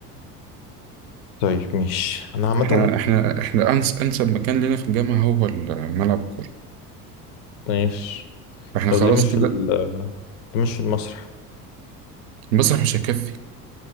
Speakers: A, on the left; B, on the right.
A: طيب مش انا عامة
B: احنا احنا احنا أنس أنسب مكان لنا في الجامعة هو ال- ملعب الكورة
A: ماشي
B: فاحنا
A: طب
B: خلاص
A: ليه مش
B: كده
A: في ال ليه مش في المسرح
B: المسرح مش هيكفي